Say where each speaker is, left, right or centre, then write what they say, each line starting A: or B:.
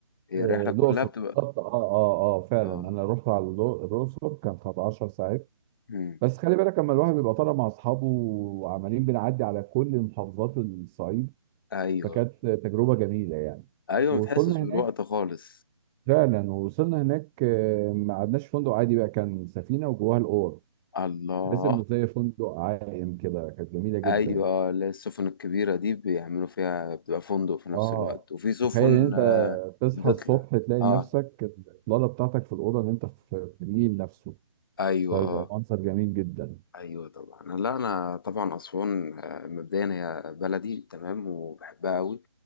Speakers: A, on the left (about 45°); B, in the centre.
A: هي
B: آه،
A: الرحله كلها
B: الأقصر
A: بتبقى
B: بالظبط اه اه اه فعلا
A: اه
B: أنا رحت على الأ- الأقصر كان كانت 10 ساعات
A: مم.
B: بس خلي بالك لما الواحد بيبقى طالع مع أصحابه وعمالين بنعدي على كل محافظات الصعيد
A: ايوه
B: فكانت تجربة جميلة يعني
A: ايوه
B: ووصلنا
A: ما تحسش بالوقت
B: هناك
A: خالص
B: فعلا ووصلنا هناك آه، ما قعدناش في فندق عادي بقى كان سفينة وجواها الأوض
A: الله
B: تحس إنه زي فندق عائم كده كانت جميلة جدا
A: ايوه لا، السفن الكبيره دي بيعملوا فيها بتبقى فندق في نفس
B: اه
A: الوقت وفي سفن
B: تخيل ان انت
A: آه،
B: تصحى
A: بتطلع
B: الصبح تلاقي
A: اه
B: نفسك الاطلاله بتاعتك في الاوضه اللي انت في في النيل نفسه
A: ايوه
B: فبيبقى
A: اه
B: منظر جميل جدا
A: ايوه طبعا لا انا طبعا اسوان آه، مبدئيا هي بلدي تمام وبحبها قوي